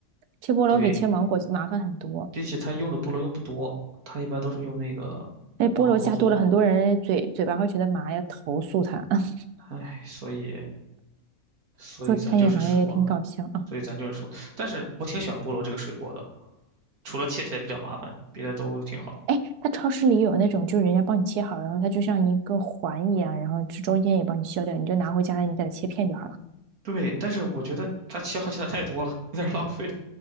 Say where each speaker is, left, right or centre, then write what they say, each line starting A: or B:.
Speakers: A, on the right; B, on the right.
A: 切菠萝比切芒果麻烦很多。
B: 对，并且它用的菠萝用不多，它一般都是用那个芒果做嘛。
A: 那菠萝加多了，很多人嘴嘴巴会觉得麻，要投诉他。<laughs>
B: 唉，所以，所以咱就是说，
A: 做餐饮行业也挺搞笑啊！
B: 所以咱就是说，但是我挺喜欢菠萝这个水果的，除了切起来比较麻烦，别的都挺好。
A: 哎，他超市里有那种，就是人家帮你切好，然后它就像一个环一样，然后这中间也帮你削掉，你就拿回家了，你给它切片就好了。
B: 对，但是我觉得它消耗起来太多了，有点儿浪费。